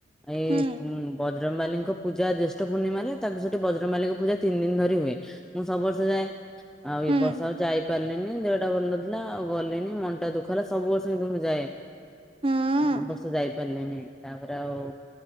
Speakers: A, in the centre; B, on the right.
A: ଏଇ
B: ହୁଁ
A: ଉଁ ବଜ୍ ବଜରଙ୍ଗବାଲିଙ୍କ ପୂଜା ଜ୍ୟଷ୍ଠ ପୂର୍ଣ୍ଣିମାରେ ତାଙ୍କୁ ସେଠି ବଜରଙ୍ଗବାଲିଙ୍କ ପୂଜା ତିନ ଦିନ ଧରି ହୁଏ। ମୁଁ ସବୁ ବର୍ଷ ଯାଏ ଆଉ
B: ହୁଁ
A: ଏ ବର୍ଷ ଯାଇ ପାରଲିନି ଦେହଟା ଭଲ ନଥିଲା ଆଉ ଗଲିନି ମନଟା ଦୁଃଖ ହେଲା ସବୁ ବର୍ଷ କିନ୍ତୁ ମୁଁ ଯାଏ।
B: ହୁଁ।
A: ଏବ ବର୍ଷ ଯାଇପାରିଲେନି ତାପରେ ଆଉ